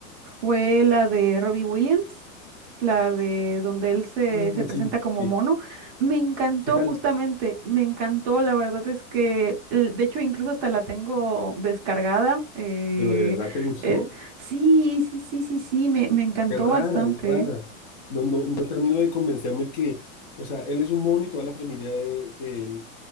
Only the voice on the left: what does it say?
Ah,
sí,
sí.
¿Qué tal?
¿Pero de verdad te gustó?
Qué rara,
es rara.
No, no, no termino de convencerme que, o sea, él es un mono y toda la familia de, de él